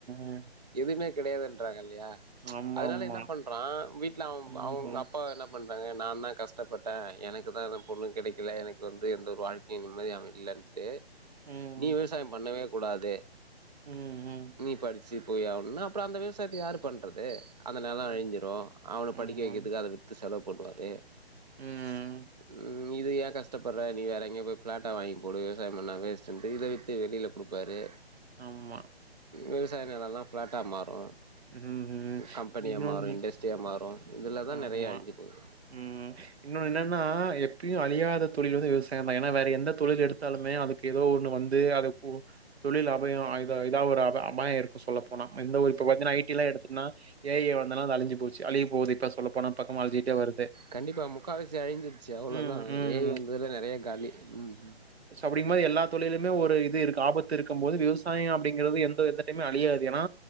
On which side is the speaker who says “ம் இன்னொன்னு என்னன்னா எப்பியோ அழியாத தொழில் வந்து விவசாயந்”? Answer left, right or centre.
Right